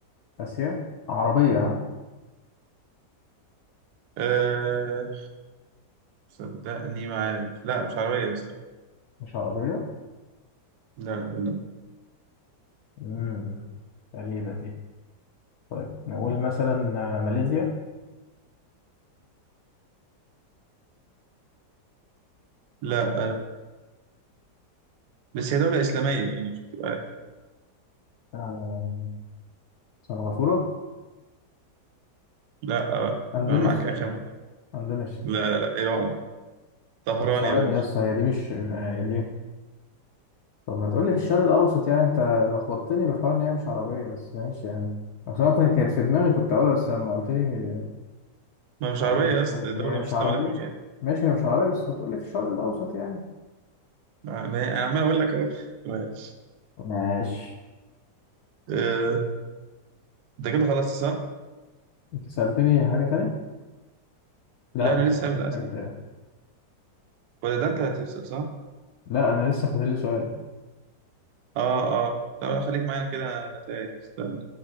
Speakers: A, on the left; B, on the right.
A: آسيا عربية ها
B: أه صدقني ما عارف لا مش عربية الصراحة
A: مش عربية
B: لا لا لا
A: امم غريبة دي طيب نقول مثلا آه، ماليزيا
B: لا بس هي دولة إسلامية يعني عشان تبقى عارف
A: آه، سنغافورة
B: لا آه،
A: أندونيسيا
B: أنا معاك آخر من حرف
A: أندونيسيا
B: لا لا لا إيران طهران
A: طب ثواني
B: يا باشا
A: يا اسطى هي دي مش هي دي طب ما تقولي في الشرق الاوسط يعني انت لخبطتني بحوار ان هي مش عربيه بس ماشي يعني اصل انا كنت- كانت في دماغي كنت اقولها بس لما قلت لي مش
B: ما مش
A: عربيه
B: عربية أصلا
A: كنت-
B: دولة
A: هي مش
B: مسلمة
A: عربيه
B: لكن مش عربية
A: ماشي هي مش عربيه بس بتقولي في الشرق الاوسط يعني
B: ما ما هي أنا عمال أقول لك أهو <laughs> ماشي
A: ماشي
B: آه، ده كده خلاص صح؟
A: انت سالتني حاجه تانية لا
B: لا أنا
A: ما سالتنيش
B: لسه هبدأ أسأل
A: حاجه تانية
B: بقى. ولا ده أنت هتسأل صح؟
A: لا انا لسه فاضل لي سؤال
B: آه آه طب خليك معانا كده أنا أنا تايه استنى